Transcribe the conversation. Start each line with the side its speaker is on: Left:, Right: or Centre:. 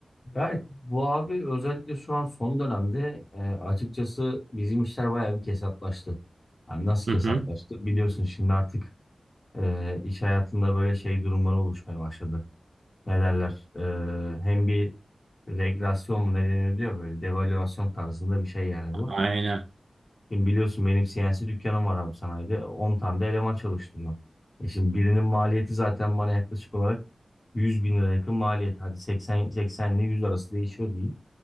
Left: Berk, bu abi özellikle şu an son dönemde e, açıkçası bizim işler bayağı bir kesatlaştı. Hani nasıl
Right: Hı
Left: kesatlaştı?
Right: hı.
Left: Biliyorsun şimdi artık e, iş hayatında böyle şey durumları oluşmaya başladı. Ne derler? E, hem bir regresyon mu ne deniyor diyor böyle devalüasyon tarzında bir şey yani bu.
Right: Aynen.
Left: Şimdi biliyorsun benim CNC dükkanım var abi sanayide. on tane de eleman çalıştırıyor. E şimdi birinin maliyeti zaten bana yaklaşık olarak yüz bin lira yakın maliyet. Hadi 80 80 ile 100 arası değişiyor diyeyim.